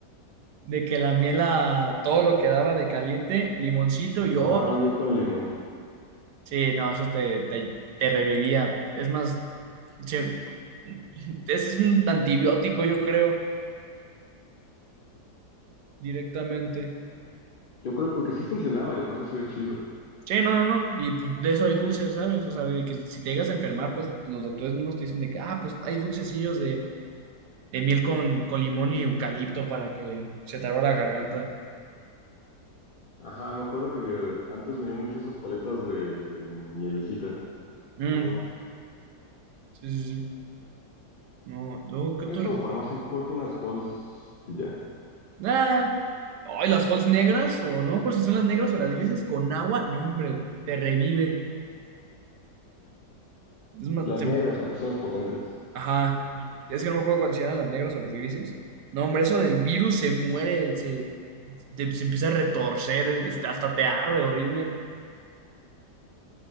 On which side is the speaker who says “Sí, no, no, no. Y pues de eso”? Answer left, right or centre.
Right